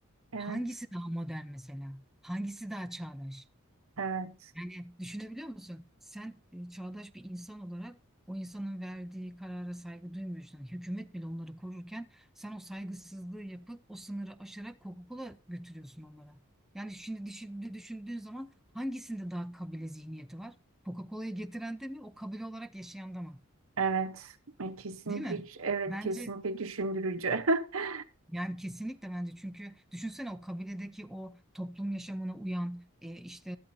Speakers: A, on the right; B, in the centre.
A: Evet,
B: Hangisi daha modern mesela? Hangisi daha çağdaş?
A: evet,
B: Yani düşünebiliyor musun? Sen e, çağdaş bir insan olarak o insanın verdiği karara saygı duymuyorsun. Yani hükümet bile onları korurken sen o saygısızlığı yapıp o sınırı aşarak Coca-Cola götürüyorsun onlara. Yani şimdi düşün- düşündüğün zaman hangisinde daha kabile zihniyeti var? Coca-Cola'yı getiren de mi, o kabile olarak yaşayan da mı?
A: evet. E, Kesinlikle,
B: Değil mi?
A: evet,
B: Bence
A: kesinlikle düşündürücü. <laughs>
B: Yani kesinlikle bence çünkü düşünsene o kabiledeki o toplum yaşamına uyan e, işte